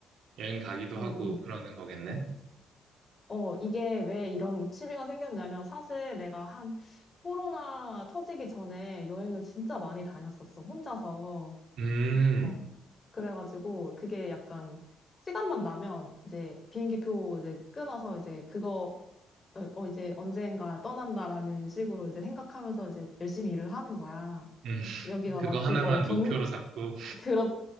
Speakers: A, on the right (about 75°); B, on the left (about 30°).
A: 여행 가기도
B: 음,
A: 하고
B: 음.
A: 그러는 거겠네?
B: 어, 이게 왜 이런 취미가 생겼냐면 사실 내가 한 코로나 터지기 전에 여행을 진짜 많이 다녔었어, 혼자서.
A: 음,
B: 어, 그래가지고 그게 약간 시간만 나면 이제 비행기표 이제 끊어서 이제 그거, 어, 어, 이제 언젠가 떠난다라는 식으로 이제 생각하면서 이제 열심히 일을 하는 거야.
A: 음,
B: 여기가
A: 그거
B: 마치
A: 하나만
B: 어, 격,
A: 목표로 잡고.
B: 그렇,